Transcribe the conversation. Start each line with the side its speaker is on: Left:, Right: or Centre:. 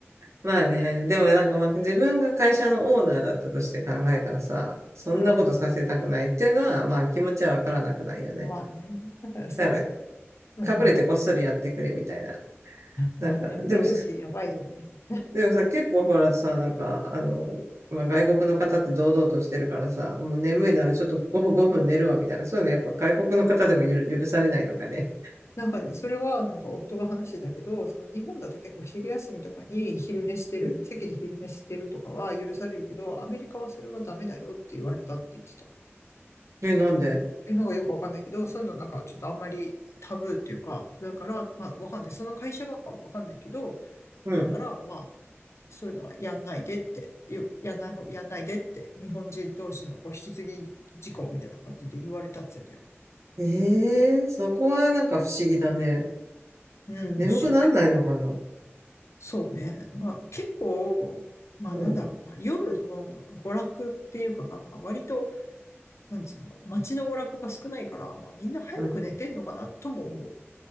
Right: まあね、でもなんかまあ自分が会社のオーナーだったとして考えたらさ、そんなことさせたくないっていうのは、
Left: <laughs> うん。
Right: まあ気持ちはわからなくないよね。
Left: まあね。だからそうそ
Right: だから隠れてこっそりやってくれみたいな。
Left: う。うん。まあ、
Right: なんか、
Left: 眠い時やばいよね。
Right: でもでもさ、結構ほらさ、なんか、あの、まあ、外国の方って堂々としてるからさ、もう眠いならちょっと5分、5分寝るわみたいな、そういうのやっぱ外国の方でもゆる許されないのかね。
Left: なんかね、それはなんか夫が話してたけど、その日本だと結構昼休みとかに昼寝してる、
Right: うん
Left: 席で昼寝してるとかは許されるけど、アメリカはそれはダメだよって言われたって言ってた。
Right: え、なんで
Left: え、なんかよくわかんないけど、そういうのなんかちょっとあんまりタブーっていうか、だから、まあわかんない。その会社がかもわかんないけど、
Right: うん。
Left: だからまあ、そういうのはやんないでって、やんない方、やんないでって、日本人同士のこう引き継ぎ事項みたいな感じで言われたって言ってたよ。
Right: ええそこはなんか不思議だね。
Left: うん、
Right: 眠くなんないのかな
Left: 不思議だよねそうね。まあ結構、まあなんだろうな。
Right: うん、
Left: 夜の娯楽っていうかが、割と、なんつうの、街の娯楽が少ないから、まあみんな早く寝てんのかなとも思う。
Right: うん。